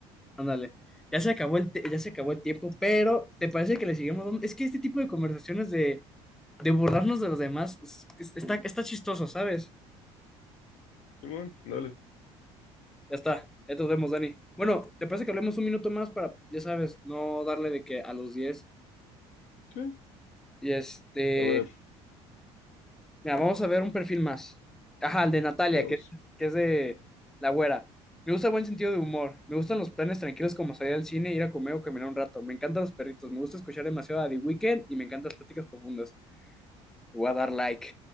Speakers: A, in the centre; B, on the left.
A: Ándale. Ya se acabó el, te- ya se acabó el tiempo, pero ¿te parece que le sigamos dando? Es que este tipo de conversaciones de, de burlarnos de los demás es- es- está, está chistoso, ¿sabes?
B: Simón, dale.
A: Ya está, ya nos vemos, Dani. Bueno, ¿te parece que hablemos un minuto más para, ya sabes, no darle de que a los diez
B: Sí.
A: Y este,
B: A ver,
A: mira, vamos a ver un perfil más. Ajá, el de Natalia,
B: veamos.
A: que es, que es de la güera. Me gusta el buen sentido de humor. Me gustan los planes tranquilos como salir al cine, ir a comer o caminar un rato. Me encantan los perritos. Me gusta escuchar demasiado a The Weeknd y me encantan las pláticas profundas. Le voy a dar like.